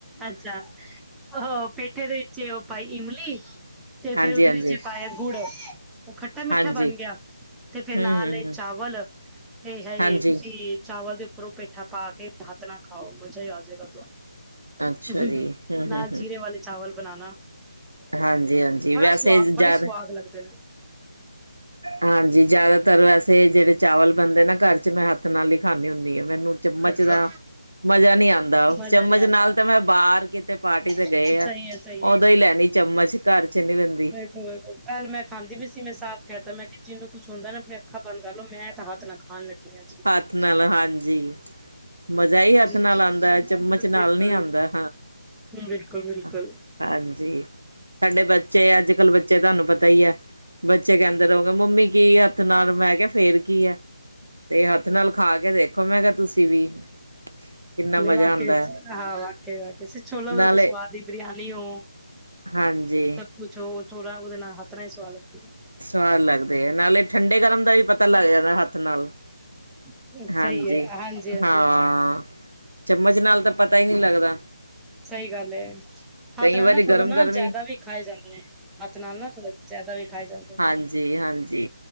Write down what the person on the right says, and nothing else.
ਹਾਂਜੀ,
ਹਾਂਜੀ,
ਹਾਂਜੀ,
ਹੂੰ,
ਹੂੰ,
ਹੂੰ,
ਹਾਂਜੀ।
ਅੱਛਾ ਜੀ, ਹੂੰ, ਹੂੰ,
ਹੂੰ,
ਹਾਂਜੀ, ਹਾਂਜੀ
ਵੈਸੇ
ਜ਼ਿਆਦਾ
ਹਾਂਜੀ ਜ਼ਿਆਦਾਤਰ ਵੈਸੇ ਜਿਹੜੇ ਚਾਵਲ ਬਣਦੇ ਨਾ ਘਰ ਚ ਮੈਂ ਹੱਥ ਨਾਲ ਹੀ ਖਾਂਦੀ ਹੁੰਦੀ ਹਾਂ ਮੈਨੂੰ ਚਮਚ
ਦਾ ਮਜ਼ਾ ਨਹੀਂੀ ਆਉਂਦਾ ਉਹ
ਚਮਚ
ਨਾਲ ਤਾਂ ਮੈਂ ਬਾਹਰ ਕਿਤੇ ਪਾਰਟੀ ਤੇ
ਗਏ ਆ
ਉਦਾ ਹੀ ਲੈਣੀ ਚਮਚ ਘਰ ਚ ਨੀ ਰਿੰਹਦੀ
ਹੱਥ ਨਾਲ ਹਾਂਜੀ। ਮਜ਼ਾ ਹੀ ਹੱਥ
ਨਾਲ ਆਂਦਾ ਚਮਚ ਨਾਲ ਨੀ ਆਂਦਾ।
ਹਾਂਜੀ, ਸਾਡੇ ਬੱਚੇ ਅੱਜ ਕੱਲ ਬੱਚੇ ਤੁਹਾਨੂੰ ਪਤਾ ਹੀ ਆ ਬੱਚੇ ਕਹਿੰਦੇ ਨੇ ਓ, ਮੰਮੀ ਕੀ ਹੱਥ ਨਾਲ ਮੈਂ ਕਿਹਾ ਫੇਰ ਕੀ ਐ। ਤੇ ਹੱਥ ਨਾਲ ਖਾ ਕੇ ਦੇਖੋ ਮੈਂ ਕਿਹਾ ਤੁਸੀਂ ਵੀ। ਕਿੰਨਾ
ਮਜ਼ਾ
ਆਉਂਦਾ ਹੈ
ਨਾਲੇ
ਹਾਂਜੀ,
ਸਵਾਦ ਲੱਗਦੇ ਆ ਨਾਲੇ ਠੰਡੇ ਗਰਮ ਦਾ ਵੀ ਪਤਾ ਲੱਗ ਜਾਂਦਾ ਹੱਥ ਨਾਲ
ਹਾਂਜੀ
ਹਾਂ, ਚਮਚ ਨਾਲ ਤਾਂ ਪਤਾ ਈ ਨੀ ਲੱਗਦਾ।
ਕਈ
ਵਾਰੀ
ਗਰਮ
ਗਰਮੀ
ਹਾਂਜੀ ਹਾਂਜੀ